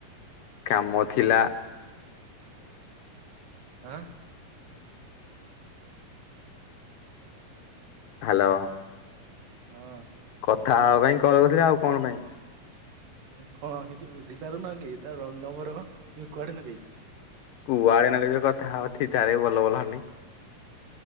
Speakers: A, on the left; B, on the right.
A: କାମ ଥିଲା।
B: ଆଁ
A: ହାଲୋ।
B: ହଁ
A: କଥା ହେବା ପାଇଁ କଲ କରିଥିଲି, ଆଉ କଣ ପାଇଁ?
B: କଣ କିଛି ବୁଝିପାରୁନ କି, ଏଇଟା ରଙ୍ଗ ନମ୍ବର ତମେ କୁଆଡେ ନଗେଇଚ?
A: କୁଆଡେ ନଗେଇଛ କଥାହ <unintelligible> ବଲ ବଲ ହଅନି।